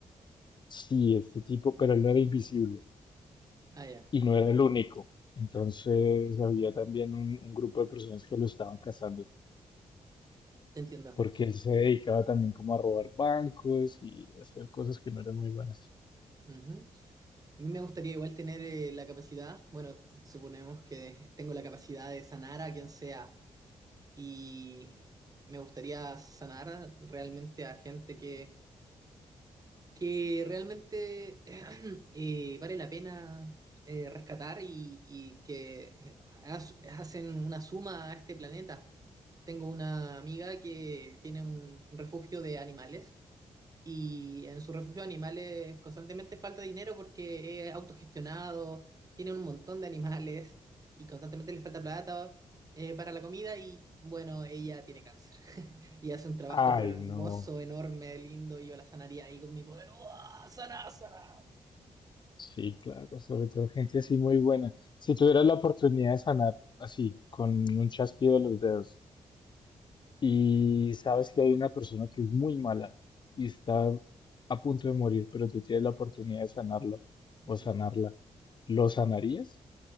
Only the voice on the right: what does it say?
Ah, ya,
te entiendo.
Ujú. A mí me gustaría igual tener eh, la capacidad, bueno, suponemos que tengo la capacidad de sanar a quien sea y me gustaría sanar realmente a gente que, que realmente <clears throat> eh, vale la pena eh, rescatar y, y que has- hacen una suma a este planeta. Tengo una amiga que tiene un refugio de animales y en su refugio de animales constantemente falta dinero porque es autogestionado, tiene un montón de animales y constantemente le falta plata eh, para la comida y bueno, ella tiene cáncer <laughs> y hace un trabajo
pero hermoso,
enorme, lindo y yo la sanaría ahí con mi poder. ¡Uah! ¡Sana, sana!
Mm,